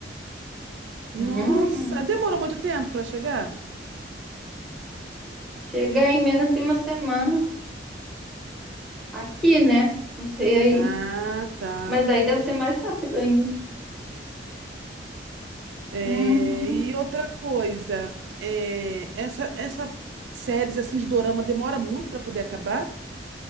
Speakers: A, on the right; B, in the centre.
A: Nossa,
B: Uhum.
A: demorou muito tempo para chegar?
B: Chega em menos de uma semana. Aqui, né? Não sei aí.
A: Ah, tá.
B: Mas aí deve ser mais rápido ainda.
A: É,
B: Uhum.
A: e outra coisa, é, essa essa séries assim de dorama demora muito para poder acabar?